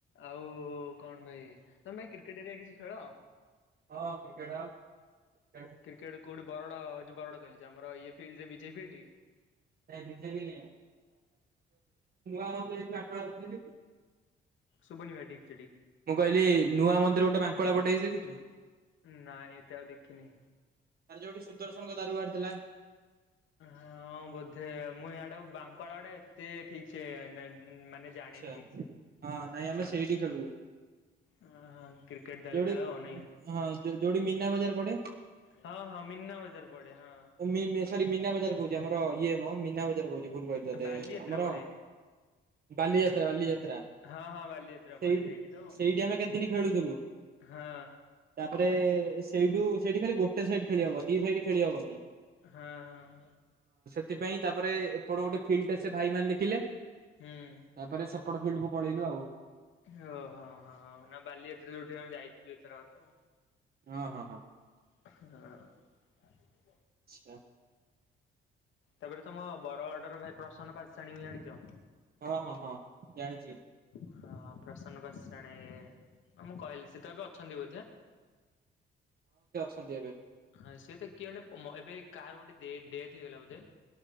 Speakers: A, on the left; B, on the right.
A: ଆଉ କଣ ଭାଇ ତମେ ଭାଇ କ୍ରିକେଟ ଏରିଆ କିଛି ଖେଳ?
B: ହଁ କ୍ରିକେଟ ଖେଳେ।
A: କ୍ରିକେଟ କୋଉଠି ବରଗଡ ଏଜୁ ବରଗଡ କହିଲି ଆମର ଇଏ ଫିଲ୍ଡ ରେ ବିଜେପି ଫିଲ୍ଡ।
B: ନାଇ ବିଜେପି ଆମର <unintelligible>
A: ଶୁଭୁନି ଭାଇ ଟି
B: ମୁଁ କଇଲି ନୂଆ ମନ୍ଦିର ଗୋଟେ ବାଙ୍କଳା ପଟେ ହେଇଛି ଦେଖିଛୁ?
A: ନା ଏତେ ଆଉ ଦେଖିନି।
B: ତାର <unintelligible>
A: ହଁ ବୋଧେ ମୁଁ ୟାଡ଼େ ବାଙ୍କଳା ଆଡ଼େ ଏତେ ଠିକ୍ ସେ ନା ମାନେ ଜାଣିନି
B: ଆଚ୍ଛା
A: ଠିକ୍ ସେ
B: ହଁ ନାଇଁ ଆମେ
A: ଆ
B: ସେଇଠି ଖେଳୁ
A: ହଁ ହଁ କ୍ରିକେଟ ଦଳି
B: ଯୋଉଠି
A: ଖେଳ ହଉ ନାଇଁକି?
B: ହଁ ଯୋଉଠି ମୀନା ବଜାର ପଡେ
A: ହଁ ହଁ ମିନା ବଜାର। ପଡେ ହଁ।
B: ମି ମି ସରି ମିନା ବଜାର କହୁଛି ଆମର ଇଏ ମ ମିନା ବଜାର କହୁଚି। ଭୁଲ୍ କହିଲି ତତେ
A: ବାଲିଯାତ୍ରା
B: ଆମର
A: ପଡେ
B: ବାଲିଯାତ୍ରା ବାଲିଯାତ୍ରା ସେଇଟି
A: ହଁ ହଁ ବାଲିଯାତ୍ରା ପଡେ ସେଇଠି ତ ହଁ।
B: ସେଇଟି ଆମେ କେତେଦିନ ଖେଳୁଥିଲୁ?
A: ହଁ
B: ତାପରେ ସେଇଠୁ ସେଇଠି ଖାଲି ଗୋଟେ ସାଇଡ ଖେଳି ହବ ଦି ସାଇଡ ଖେଳି ହବ ନି।
A: ହଁ ହଁ।
B: ସେଥିପାଇଁ ତାପରେ ଏପଟ ଗୋଟେ ଫିଲ୍ଡଟେ ସେ ଭାଇ ମାନେ ଦେଖିଲେ
A: ହୁଁ।
B: ତାପରେ ସେପଟ ଫିଲ୍ଡକୁ ପଳେଇଲୁ ଆଉ।
A: ଓହୋ ହଁ ହ ନା ବାଲିଯାତ୍ରାରେ ଯୋଉଠିକି ଆମେ ଯାଇଥିଲୁ ଏଥରକ ତ
B: ହଁ ହଁ ହଁ।
A: ହଁ।
B: ଆଛା।
A: ତାପରେ ତମ ବରଗଡର ଭାଇ ପ୍ରସନ୍ନ ପାତଶାଣୀଙ୍କୁ ଜାଣିଛ।
B: ହଁ ହଁ ହଁ ଜାଣିଛି।
A: ହଁ ପ୍ରସନ୍ନ ପାତଶାଣୀ ମୁଁ କହିଲି ସେତ ଏବେ ଅଛନ୍ତି ବୋଧେ?
B: <unintelligible>
A: ହଁ ସିଏ ତ କିଏ ଗୋଟେ ଏବେ କାହାର ଗୋଟେ ଡେଟ୍ ହେଇଗଲା ବୋଧେ।